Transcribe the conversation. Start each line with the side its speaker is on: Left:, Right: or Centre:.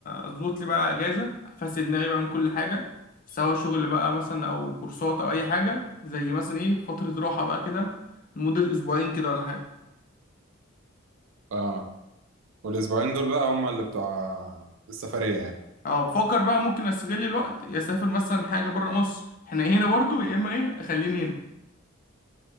Left: اظبط لي بقى اجازه افسد دماغي بقى من كل حاجه سواء شغل بقى مثلا او كورسات او اي حاجه زي مثلا ايه فتره راحه بقى كده لمده اسبوعين كده ولا حاجه
Right: اه والاسبوعين دول بقى هم اللي بتوع السفرية يعني
Left: اه بفكر بقى ممكن استغل الوقت يا اسافر مثلا حاجه بره مصر احنا هنا برضو يا اما ايه اخليني هنا